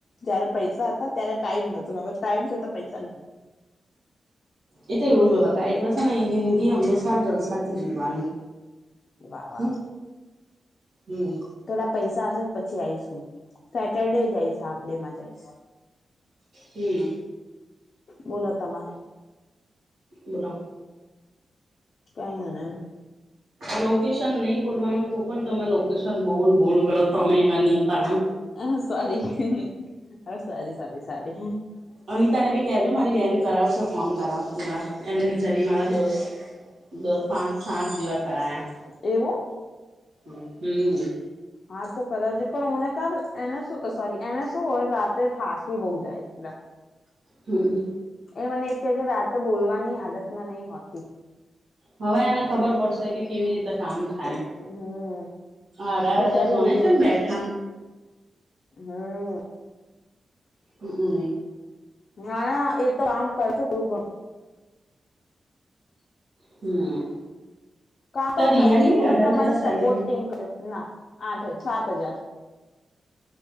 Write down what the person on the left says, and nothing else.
જયારે પૈસા હતા ત્યારે ટાઈમ ન હ ટાઈમ છે તો પૈસા
વાહ વાહ
વાહ
થોડા પૈસા આવશે ને પછી આવીઈશ સેટરડે જઈશ હાફ ડે માં જઈશ.
બોલો તમાં
કઈ નઈ
હ સારી હ સારી સારી સારી.
એવું.
હા તો કરાવજ પણ હને કામ એને શું સોરી એને શું હોય રાતે થાકી બહુ જાય. <inaudible>
એ મને એક કહે કે રાતો બોલવાની હાલત માં નહી હોતી.
હમ
બચારી
એ બે
હમ.
ના ના એ તો આમ કર છે થોડું ગણ
કા તો
સાચચું
તો અમારી
સપોર્ટ ટીમ કર્યો ના આઠ સાત હજાર.